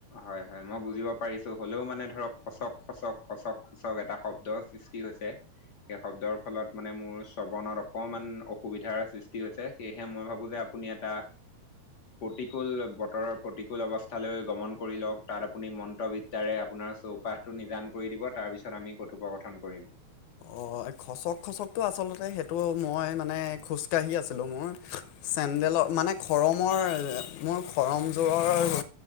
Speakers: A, on the left; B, on the left.
A: হয়, হয় মই বুজিব পাৰিছোঁ হ'লেও মানে ধৰক খচক, খচক, খচক। চক এটা শব্দৰ সৃষ্টি হৈছে। সেই শব্দৰ ফলত মানে মোৰ শ্ৰৱণত অকমান অসুবিধাৰ সৃষ্টি হৈছে সেয়েহে মই ভাবো যে আপ আপুনি এটা প্ৰতিকূল বতৰৰ প্ৰতিকূল অৱস্থা লৈ গমন। কৰি লওক তাত আপুনি মন্ত্ৰবিদ্যাৰে আপোনাৰ চৌপাশটো নিদান কৰি দিব তাৰপিছত আমি কথোপকথন কৰিম।
B: অ খচক, খচকটো আচলতে সেইটো মই মানে খোজকাঢ়ি আছিলোঁ মই। চেণ্ডেলৰ
A: হয়
B: মানে খৰম। মোৰ, মোৰ খৰমযোৰৰ